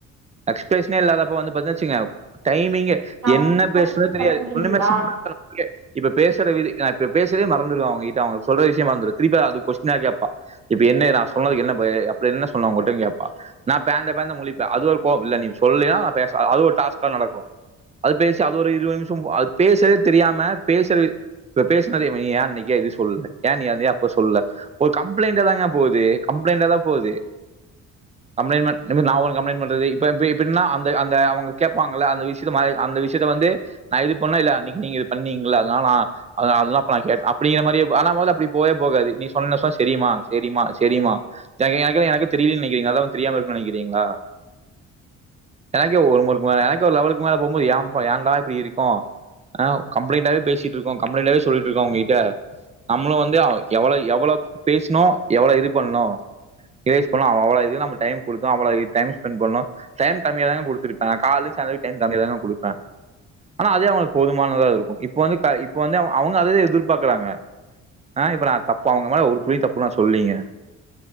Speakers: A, on the right; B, on the right.
A: எக்ஸ்பேசன்னே இல்லாத அப்போ வந்து பாத்தீங்கன்னா வெச்சுக்கங்க டைம்மிங்கே
B: அப்படின்னு
A: என்ன
B: பண்றது
A: பேசவே தெரியாது
B: தப்புங்கிறீங்களா?
A: ஒண்ணுமே <inaudible> இப்ப பேசுற விது அப் இப்ப பேசுறதே மறந்துருவ அவங்க கிட்ட அவங்க சொல்ற விஷ்யம் மறந்து திருப்ப அது கொஷ்டின்னா கேப்பா இப்ப என்ன நா சொன்னதுக்கு என்ன என்ன சொன்னோ உங்கள்டின் கேப்பா நா பேந்த பேந்த முழிப்ப அது ஒரு கோவ் இல்ல நீ சொல்லீனா நா பேச அ அது ஒரு டாஸ்கா நடக்கு அது பேசி அது ஒரு இருவது நிம்ஷோம் அத் பேசுறதே தெரியாம பேசுற வித் இப்ப பேசுனது இவ ஏ அன்னைக்கே இது சொல்ல ஏ நீ அது அப்ப சொல்ல ஒரு கம்புளைண்டாதாங்க போகுது கம்புளைண்டாதா போகுது கம்புளைண்ட்மன் நா ஒண்ணு கம்புளைண்ட் பண்றது <unintelligible> இப்ப இப்டின்னா அந்த அந்த அவங்க கேப்பாங்கள்ல அந்த விஷ்யத்த அந்த விஷ்யத்த வந்து நா இது பண்ண இல்ல அன்னைக்கு நீங்க இது பண்ணீங்கள்ல அதனால நா அதனாலதா அப்ப நா கேட்ட அப்டிங்கிற மாரி ஆனா மொதலு அப்டி போவே போகாது நீ சொன்னஸ்ஸோ செரிம்மா செரிம்மா செரிம்மா எனக்கு எனக்கு எனக்கு தெரிலின் நெனைக்கிறீங்களா அதெல்லா தெரியாம இருக்குன் நெனைக்கிறீங்களா எனக்கு ஒரு முறைக்கு மேல எனக்கு ஒரு லெவலுக்கு மேல போம்போது ஏம்பா ஏன்டா இப்டி இருக்கு ஆ கம்புளைண்டாவே பேசிட்டு இருக்கோ கம்புளைண்டாவே சொல்லிட்ருக்கோ அவங்க கிட்ட நம்ளு வந்து அவ எவ்வளோ எவ்வளோ பேசணு எவ்வளோ இது பண்ணு‌ இரேஸ் பண்ணா அவ்வளோ இது நம்ம டைம் குடுத்தோ அவ்வளோ இது டைம் ஸ்பெண்ட் பண்ணு டைம் கம்மியாதாங்க குடுத்துருப்ப காலு சேந்த டைம் கம்மியாதாங்க குடுப்ப ஆனா அதே அவங்களுக்கு போதுமானதா இருக்கு இப்போ வந்து க இப் இப்ப வந்து அவுங் அவுங்க அதே எதிர்பாக்கறாங்க ஆனா நா இப்ப தப்பா அவங்க ஒரு து சொல்லங்க